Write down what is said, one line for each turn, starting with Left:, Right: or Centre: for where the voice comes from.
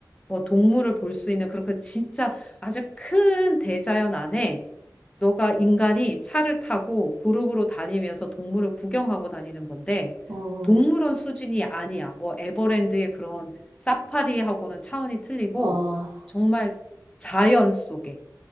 Left: 뭐 동물을 볼 수 있는 그렇게 진짜 아주 큰 대자연 안에 너가 인간이 차를 타고 그룹으로 다니면서 동물을 구경하고 다니는 건데
Right: 어, 어,
Left: 동물원 수준이 아니야. 뭐 에버랜드의 그런 사파리하고는 차원이 틀리고
Right: 와,
Left: 정말 자연 속에